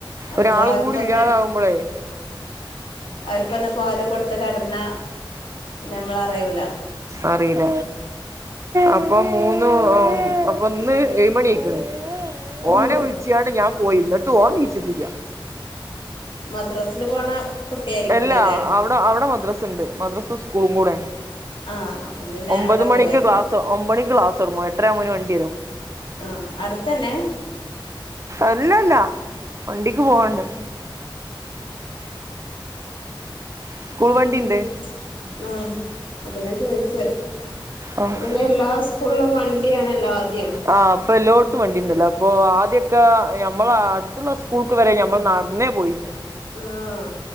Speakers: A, on the left; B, on the right.
A: നമ്മള്
B: ഒരാളും
A: ആർക്കൊന്ന്
B: കൂടി ഇല്ലാതാവുമ്പളെ
A: അവർക്കൊന്ന് പാല് കൊടുത്ത് കെടന്നാ ഞമ്മള അറിയൂല
B: അറീല അപ്പൊ മൂന്ന് അപ്പൊ ഇന്ന് ഏഴുമണിയായിക്കണ്
A: ഓഹ്
B: ഓനെ വിളിച്ചികാണ്ട് ഞാൻ പോയി ഇന്നട്ടും ഓൻ നീച്ചിട്ടില്ല.
A: മദ്രസില് പോണ കുട്ടിയായിരിക്കൂലല്ലേ
B: എല്ലാ അവടെ അവടെ മദ്രസ്ണ്ട് മദ്രസ് സ്കൂളും കൂടെ
A: ആഹ് അപ്പം പിന്നെ
B: ഒമ്പത്
A: അവിടെ
B: മണിക്ക്
A: പോവായിരിക്കും
B: ക്ലാസ് ഒമ്പണിക്ക് ക്ലാസ് തൊടങ്ങും എട്ടരാവുമ്പോത്തിന് വണ്ടി വെരും
A: ആഹ് അടുത്തന്നെ
B: അല്ലല്ല വണ്ടിക്ക് പോവാണ്ട് സ്കൂൾ വണ്ടിണ്ട്
A: പിന്നെ ആഹ് അതെന്നെ ഞാൻ ചോയിച്ചെ
B: ആഹ്
A: <unintelligible> എല്ലാ സ്കൂളിലും വണ്ടിയാണല്ലോ ആദ്യം
B: ആഹ് ഇപ്പൊ എല്ലോട്ത്തും വണ്ടിണ്ടല്ലോ അപ്പൊ ആദ്യൊക്കെ ഞമ്മളെ അടുത്തുള്ള സ്കൂൾ ക്ക് വരെ ഞമ്മള് നടന്നേ പോയിന്നത്.
A: ആഹ്